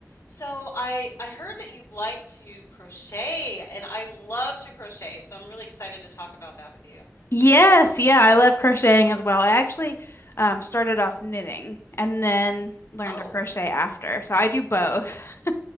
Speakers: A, on the left; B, on the left.
A: So I I heard that you like to crochet and I love to crochet, so I'm really excited to talk about that with you.
B: Yes, yeah, I love crocheting as well. I actually um, started off knitting and then learned
A: Oh,
B: to crochet after. So I do both. <laughs>